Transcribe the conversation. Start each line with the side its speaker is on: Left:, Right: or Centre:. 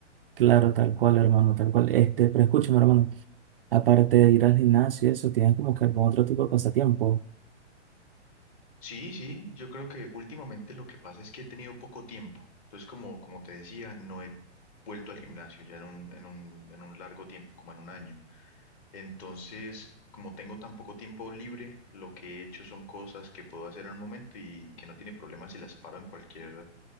Right: Claro, tal cual, hermano, tal cual. Este, pero escúchame, hermano. Aparte de ir al gimnasio, eso, tienes como que algún otro tipo de pasatiempo.
Left: Sí, sí, yo creo que últimamente lo que pasa es que he tenido poco tiempo. Entonces, como, como te decía, no he vuelto al gimnasio ya en un, en un, en un largo tiempo, como en un año. Entonces, como tengo tan poco tiempo libre, lo que he hecho son cosas que puedo hacer en un momento y que no tiene problema si las paro en cualquier,